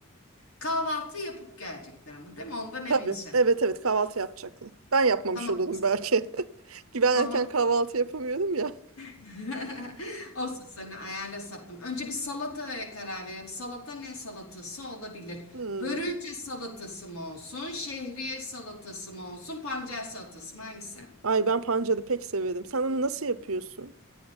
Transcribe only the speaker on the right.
Tabii evet evet kahvaltı yapacaklar. Ben yapmamış
olurum belki. <laughs> Ki Ben
erken kahvaltı yapamıyorum ya.
Hmm.
Ay ben pancarı pek severim. Sen onu nasıl yapıyorsun?